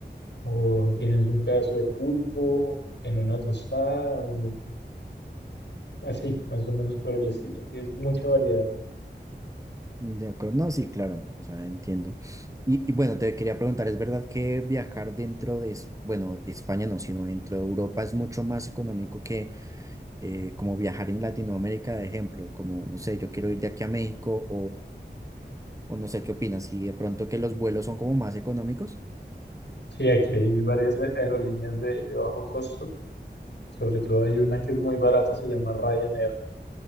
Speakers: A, on the left; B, on the right.
A: o tienes un pedazo de pulpo en una tostada, o así, más o menos por el estilo. Tienes mucha variedad.
B: De acuerdo. No, sí, claro. O sea, entiendo. Y, y bueno, te quería preguntar, ¿es verdad que viajar dentro de, es- bueno, España no, sino dentro de Europa es mucho más económico que eh, como viajar en Latinoamérica, de ejemplo? Como, no sé, yo quiero ir de aquí a México O no sé qué opinas, si de pronto que los vuelos son como más económicos.
A: Sí, aquí hay varias aerolíneas de, de bajo costo. Sobre todo hay una que es muy barata, se llama Ryanair.